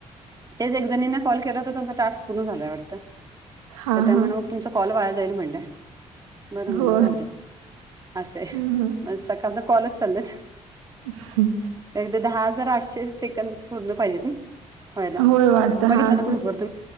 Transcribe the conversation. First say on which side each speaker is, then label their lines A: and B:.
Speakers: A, on the right; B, on the right.
A: तेच एक जणी कॉल केला तर त्यांचा टास्क पूर्ण झालाय वाटत
B: हा
A: तर त्यामुळे
B: हा
A: तुमचा कॉल वाया जाईल म्हणल्या बरं म्हणल
B: हो
A: राहू द्या. असे आहे
B: हम्म
A: म सकाळच कॉल च चाललेत.
B: ह.
A: पण ते दहा हजार आठशे सेकंद पूर्ण पाहिजेत ना. व्हायला
B: होय वाटत
A: बघितलं
B: हा
A: ना ग्रुपवर
B: तस